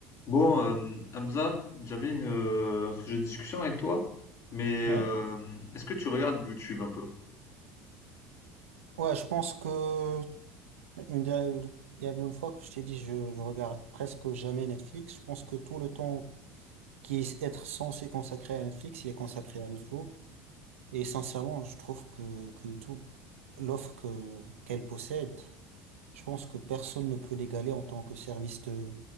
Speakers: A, on the left; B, on the right.
A: Bon, euh, Hamza, j'avais une, euh, un sujet de discussion avec toi, mais
B: Ouais.
A: euh, est-ce que tu regardes YouTube un peu?
B: Ouais, je pense que une der- il y avait une fois que je t'ai dit je, je regarde presque jamais Netflix. Je pense que tout le temps qui est être censé consacré à Netflix, il est consacré à YouTube. Et sincèrement, je trouve que, que YouTube, l'offre que qu'elle possède, je pense que personne ne peut l'égaler en tant que service de